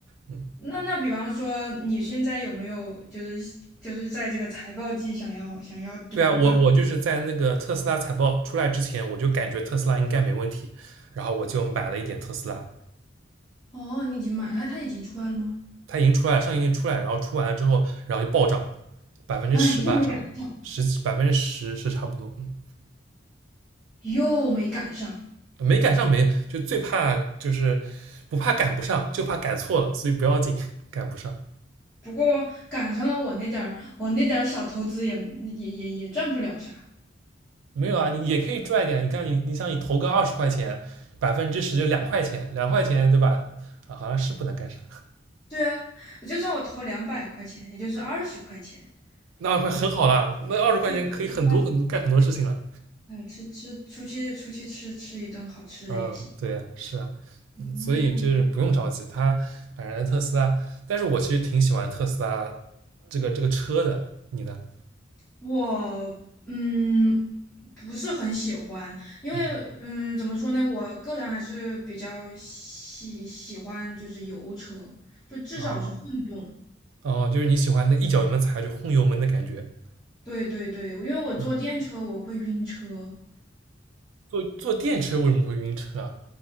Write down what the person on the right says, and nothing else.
嗯，
对啊，我我就是在那个特斯拉财报出来之前，我就感觉特斯拉应该没问题，然后我就买了一点特斯拉，
它已经出来了，上一年出来，然后出完了之后，然后就暴涨，百分之十吧，
涨了十百分之十是差不多，嗯，
没赶上没就最怕就是不怕赶不上，就怕赶错了，所以不要紧，赶不上
没有啊，你也可以赚一点，你看你你想你投个二十块钱，百分之十就两块钱，两块钱对吧？啊，好像是不能干啥，
那会很好啦，
那二十块钱可以很多很多干很多事情了。
嗯，对呀，是啊，
嗯所以这不用着急，他反正特斯拉，但是我其实挺喜欢特斯拉这个这个车的，你呢？
嗯，
哦哦，就是你喜欢那一脚油门踩下去轰油门的感觉。
嗯坐坐电车为什么会晕车啊？